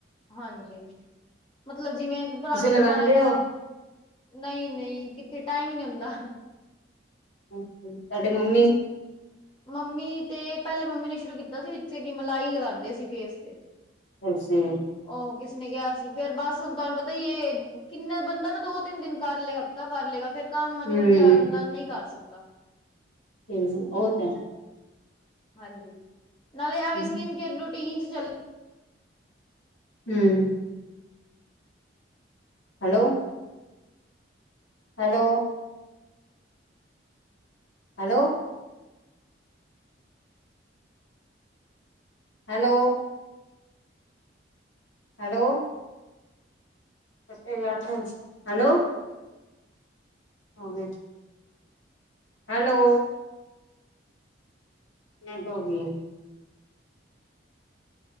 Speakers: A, on the left; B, on the left.
A: ਹਾਂਜੀ, ਮਤਲਬ ਜਿਵੇਂ ਪੁਰਾਣੇ
B: ਤੁਸੀਂ ਲਗਾਉਂਦੇ
A: ਤੋਂ ਪੁਰਾਣੇ ਦਾਗ
B: ਹੋ
A: ਨਹੀਂ-ਨਹੀਂ ਕਿੱਥੇ, ਟਾਈਮ ਹੀ ਨੀ ਹੁੰਂਦਾ।
B: ਅੱਛਾ, ਤੂਹਾਡੇ ਮੰਮੀ?
A: ਮੰਮੀ ਤੇ, ਪਹਿਲੇ ਮੰਮੀ ਨੇ ਸ਼ੁਰੂ ਕੀਤਾ ਸੀ, ਵਿੱਚ ਕਿ ਮਲਾਈ ਲਗਾਉਂਦੇ ਸੀ ਫੇਸ ਤੇ।
B: ਅਸੀਂ।
A: ਉਹ ਕਿਸੇ ਨੇ ਕਿਹਾ ਸੀ, ਫੇਰ ਬਸ ਹੁਣ ਤੁਹਾਨੂੰ ਪਤਾ ਹੀ ਇਹ। ਕਿੰਨਨਾ ਬੰਦਾ ਨਾ ਦੋ ਤਿੰਨ-ਦਿਨ ਕਰ ਲਏਗਾ, ਹਫ਼ਤਾ ਕਰ ਲਏਗਾ, ਫੇਰ ਕੰਮ
B: ਜੀ,
A: ਚ ਉਲਝਿਆ
B: ਹੂੰ
A: ਹੋਇਆ ਬੰਦਾ ਨਹੀਂ ਕਰ ਸਕਦਾ।
B: ਹੂੰ, ਉਹ ਤੇ
A: ਹਾਂਜੀ, ਨਾਲੇ
B: ਹੈ।
A: ਆ ਵੀ ਸਕਿਨ-ਕੇਅਰ ਰੂਟੀਨ ਚ ਚੱਲ
B: ਹੂੰ, hello. Hello. Hello. Hello. Hello ਕਟੇ ਜਾ <unintelligible> ਹੈਲੋ। ਹੋ ਗਈ। ਹੈਲੋ। ਨੈਟ ਹੋ ਗਈ ਐ।